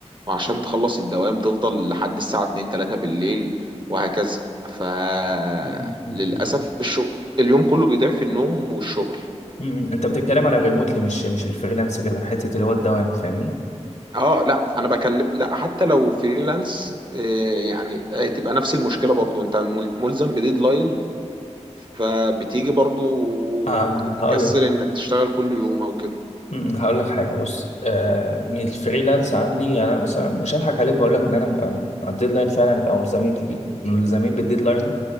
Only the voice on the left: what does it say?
م-
م- انت بتتكلم على ريموتلي مش مش الفريلانس كده حته اللي هو الدوام فاهمني
آه
هقول
أمم، هقول لك حاجه بص آه من الفريلانس عندي يعني انا مثلا مش هضحك عليك واقول لك ان انا ببقى على الديدلاين فعلا ببقى ملزمين ملزمين بالديدلاين